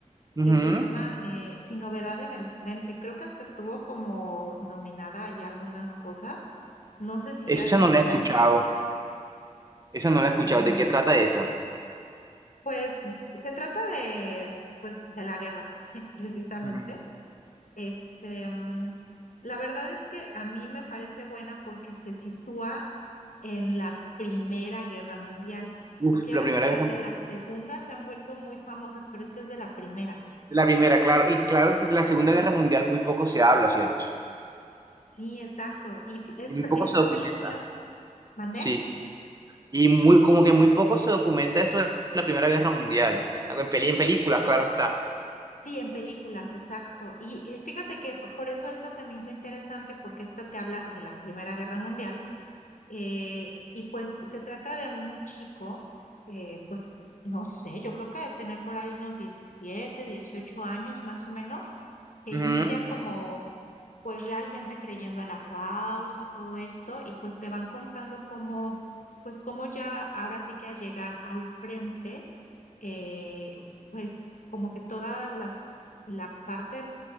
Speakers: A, on the right; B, on the left.
A: Ujú.
B: que se llama eh, Sin novedad en el frente. Creo que hasta estuvo como nominada ahí a algunas cosas. No sé si
A: Esa
B: has visto
A: no la he escuchado.
B: esa.
A: Esa no la he escuchado.
B: Ah,
A: ¿De qué trata esa?
B: pues se trata de, pues, de la guerra, <laughs> precisamente.
A: Ujú.
B: Este, mm, la verdad es que a mí me parece buena porque se sitúa en la Primera Guerra Mundial,
A: Uf,
B: porque ya
A: la
B: ves
A: primera
B: que las
A: vez.
B: de la Segunda se han vuelto muy famosas, pero esta es de la Primera.
A: La primera, claro. Y claro que de la Segunda Guerra Mundial muy poco se habla, ¿cierto?
B: Sí, exacto. Y fi- esta,
A: Y muy poco
B: esta
A: se documenta.
B: película, ¿mandé?
A: Sí. Y muy, como que muy poco se documenta esto de la Primera Guerra Mundial. En peli- en películas, claro está.
B: Sí, en películas, exacto. Y, y fíjate que por eso esta se me hizo interesante porque esta te habla de la Primera Guerra Mundial Eh, y pues se trata de un chico, eh, pues no sé, yo creo que de tener por ahí unos 17 18 años más o menos, que
A: Ujú.
B: inicia como pues realmente creyendo en la causa, todo esto, y pues te van contando cómo, pues cómo ya ahora sí que al llegar al frente, eh, pues como que todas las, la parte